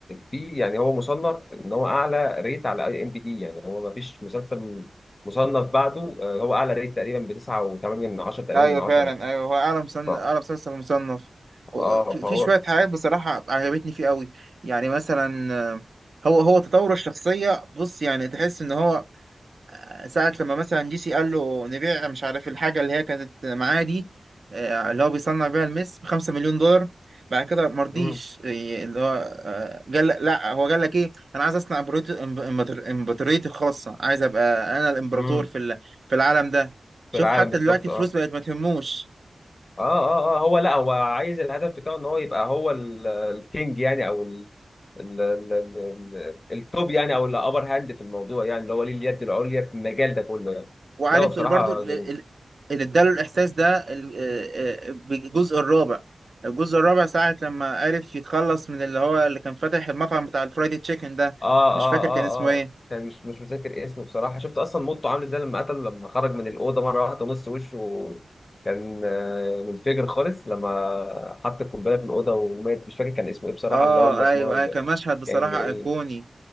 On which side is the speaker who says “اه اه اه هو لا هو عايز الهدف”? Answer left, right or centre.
Left